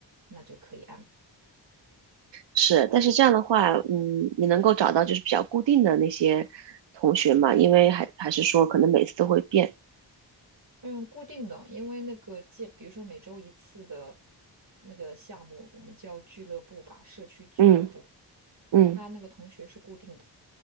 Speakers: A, on the right; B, on the right.
A: 那就可以。
B: 是，但是这样的话，嗯，你能够找到就是比较固定的那些同学嘛，因为还还是说可能每次都会变，
A: 嗯，固定的，因为那个见，比如说每周一次的那个项目，我们叫俱乐部吧，社区俱乐部，
B: 嗯嗯，
A: 他那个同学是固定的，